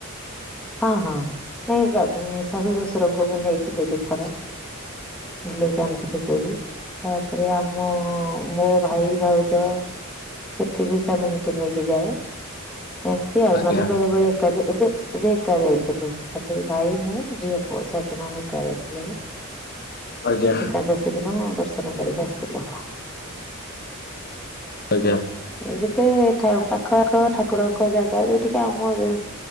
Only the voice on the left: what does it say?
ଆଜ୍ଞା
ଆଜ୍ଞା
ଆଜ୍ଞା।